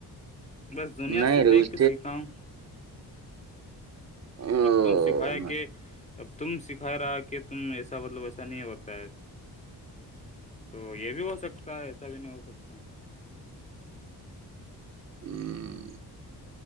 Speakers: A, on the left; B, on the right.
A: بس دنیا
B: نہیں
A: سے
B: رے
A: دیکھ
B: اس
A: کے سیکھاؤں
B: او،
A: اب تم سکھایا
B: م-
A: کہ ا تم خیرا کہ تم ایسا مطلب ایسا نہیں ہوتا ہے تو یہ بھی ہو سکتا ہے ایسا بھی نہیں ہو سکتا
B: ہوں <inaudible>